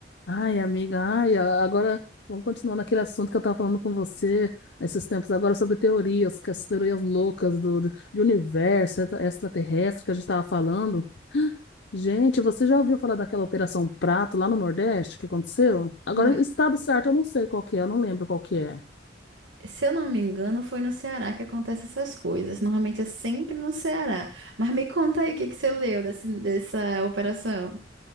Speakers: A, on the left; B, on the right.
A: Ai, amiga, ai, a- agora vamos continuar naquele assunto que eu estava falando com você esses tempos agora sobre teorias, que as teorias loucas do, do- de universo extra- extraterrestre que a gente estava falando. Gente, você já ouviu falar daquela Operação Prato lá no Nordeste que aconteceu? Agora,
B: Não,
A: o estado certo eu não sei qual que é, eu não lembro qual que é.
B: se eu não me engano, foi no Ceará que acontecem essas coisas. Normalmente é sempre no Ceará. Mas me conta aí o que que você leu desse- dessa operação.